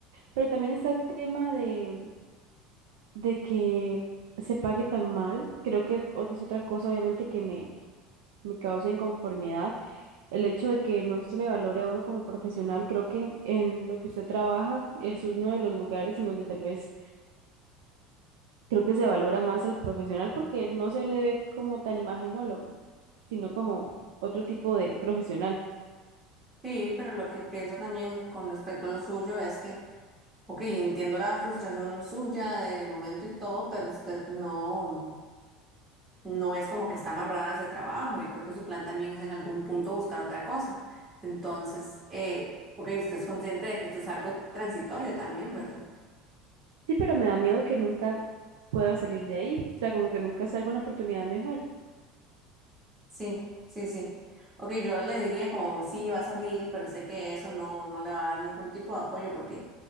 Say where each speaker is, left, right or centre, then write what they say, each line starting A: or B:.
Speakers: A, on the right; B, on the right.
A: pero también está el tema de, de que se pague tan mal, creo que ot- es otra cosa obviamente que me, me causa inconformidad, el hecho de que no se le valore a uno como profesional, creo que en lo que usted trabaja es uno de los lugares en donde tal vez creo que se valora más al profesional porque no se le ve como tan imagenólogo, sino como otro tipo de profesional.
B: Sí, pero lo que pienso también con respecto a lo suyo es que, ok, entiendo la frustración suya de momento y todo, pero usted no. no es como que está amarrada a ese trabajo y creo que su plan también es en algún punto buscar otra cosa. Entonces, eh, ok, usted es consciente de que esto es algo transitorio también, ¿verdad?
A: Sí, pero me da miedo que nunca pueda salir de ahí, o sea, como que nunca salga una oportunidad mejor.
B: Sí, sí, sí. Ok, yo le diría como sí, va a salir, pero sé que eso no, no le va a dar ningún tipo de apoyo porque,